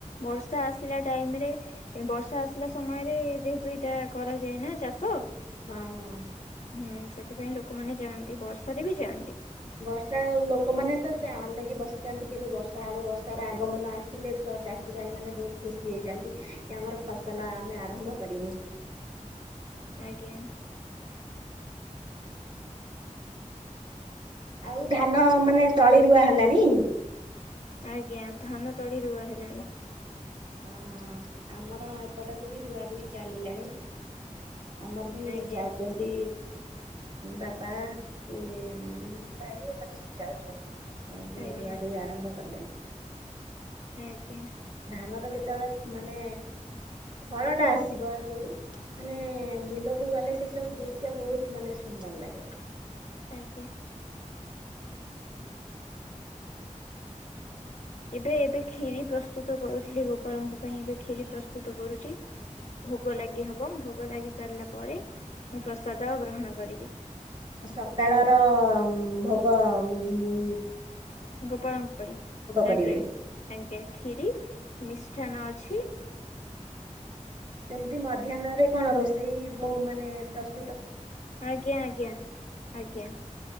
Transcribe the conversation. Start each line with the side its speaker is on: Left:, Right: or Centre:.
Left: ବର୍ଷା ଆସିଲା ଟାଇମରେ, ବର୍ଷା ଆସିଲା ସମୟରେ ଯେହେତୁ ଏଇଟା କରାଯାଏ, ନା ଚାଷ
Right: ହଁ ହଁ-
Left: ହୁଁ ସେଥିପାଇଁ ଲୋକମାନେ ଯାଆନ୍ତି ବର୍ଷାରେ ବି ଯାଆନ୍ତି।
Right: ବର୍ଷା ଲୋକମାନେ ତ ଅନେଇକି ବସିଥାନ୍ତି କେବେ ବର୍ଷା ହବ ବର୍ଷାର ର ଆଗମନ ଆସିଲେ ଚାଷୀ ଭାଇ ମାନେ ବହୁତ ଖୁସି ହେଇଯାନ୍ତି କି ଆମର ଫସଲ ଆମେ ଆରମ୍ଭ କରିବୁ
Left: <inaudible> ଆଜ୍ଞା
Right: ଆଉ ଧାନ ମାନେ ତଳି ରୁଆ ହେଲାଣି
Left: ଆଜ୍ଞା ଧାନ ତଳି ରୁଆ ହେଲାଣି
Right: ଓହୋ ଆମର ହଁ ଏପଟରେ ବି ରୁଆ ରୁହି ଚାଲିଲାଣି ଆମର ବି
Left: ଆଜ୍ଞା
Right: ଯାଉଛନ୍ତି ବାପା କି ଭାଇ ଏମାନେ ସବୁ ଯାଉଛନ୍ତି କାହିଁକି
Left: ଆଜ୍ଞା
Right: ଏ ରୁଆ ରୁହି ଆରମ୍ଭ କଲେଣି
Left: ଆଜ୍ଞା
Right: ଧାନର ଯେତେବେଳେ ମାନେ ଫଳଟା ଆସିବ ଯୋଉ ମାନେ ବିଲକୁ ଗଲେ ସେ ସବୁ ଦୃଶ୍ୟ ବହୁତ ମାନେ ସୁନ୍ଦର ଲାଗେ
Left: ଆଜ୍ଞା ଏବେ ଏବେ କ୍ଷୀରି ପ୍ରସ୍ତୁତ କରୁଥିଲି ଗୋପାଳଙ୍କ ପାଇଁ ଏବେ କ୍ଷୀରି ପ୍ରସ୍ତୁତ କରୁଛି ଭୋଗ ଲାଗି ହବ ଭୋଗ ଲାଗି ସାରିଲା ପରେ ମୁଁ ପ୍ରସାଦ ଗ୍ରହଣ କରିବି
Right: ସକାଳର ଭୋଗ ଉ
Left: ଗୋପାଳଙ୍କ ପାଇଁ
Right: କରିବେ।
Left: ଆଜ୍ଞା ଆଜ୍ଞା କ୍ଷୀରି ମିଷ୍ଟାନ୍ନ ଅଛି
Right: ସେମିତି ମଧ୍ୟାହ୍ନରେ କଣ ରୋଷେଇ ବ ମାନେ ପ୍ର୍
Left: <unintelligible> ଆଜ୍ଞା ଆଜ୍ଞା ଆଜ୍ଞା